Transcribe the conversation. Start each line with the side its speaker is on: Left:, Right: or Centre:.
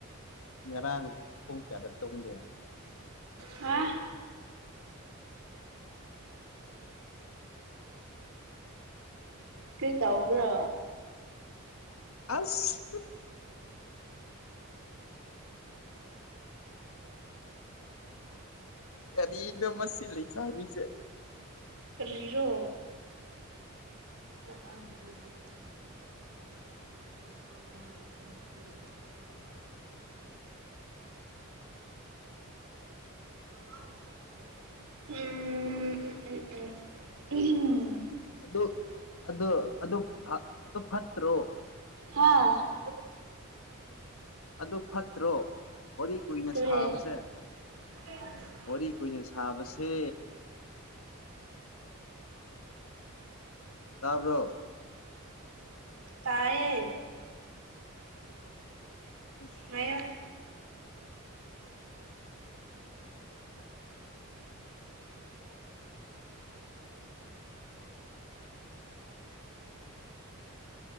Left: ꯉꯔꯥꯡ ꯄꯣꯡ ꯆꯥꯗ ꯇꯧꯒꯦ
Right: ꯍꯥ ꯀꯩ ꯇꯕ꯭ꯔꯣ
Left: ꯑꯁ ꯀꯔꯤꯗ ꯃꯁꯤ ꯂꯩꯁꯕꯤꯁꯦ
Right: ꯀꯔꯤ ꯔꯣ <unintelligible> <unintelligible>
Left: <inaudible>
Right: ꯎꯝ ꯎ ꯎꯝ ꯎꯝ ꯎꯝ <unintelligible>
Left: ꯑꯗꯨ ꯑꯗꯨ ꯑꯗꯨ ꯐꯥ ꯑꯗꯨ ꯐꯠꯇ꯭ꯔꯣ
Right: ꯍꯥꯥ <unintelligible>
Left: ꯑꯗꯨ ꯐꯠꯇ꯭ꯔꯣ ꯋꯥꯔꯤ ꯀꯨꯏꯅ
Right: ꯀꯔꯤ
Left: ꯁꯥꯕꯁꯦ
Right: <unintelligible> <inaudible>
Left: ꯋꯥꯔꯤ ꯀꯨꯏꯅ ꯁꯥꯕꯁꯦ ꯇꯥꯕꯔꯣ
Right: ꯇꯥꯏꯌꯦ
Left: ꯑꯁ <unintelligible>
Right: ꯍꯥꯏꯌꯣ
Left: <inaudible>